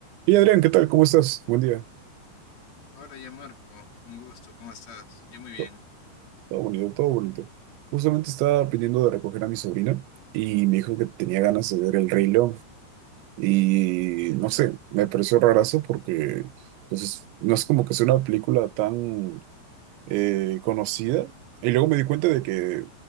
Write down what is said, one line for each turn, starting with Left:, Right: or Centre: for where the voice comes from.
Right: Y Adrián, ¿qué tal? ¿Cómo estás? Buen día.
Left: Ahora ya Marco, un gusto, ¿cómo estás? Yo muy bien.
Right: To- Todo bonito, todo bonito. Justamente estaba pidiendo de recoger a mi sobrina y me dijo que tenía ganas de ver El Rey León. Y no
Left: Mm,
Right: sé, me pareció rarazo porque pues, es- no es como que sea una película tan eh, conocida. Y luego me di cuenta de que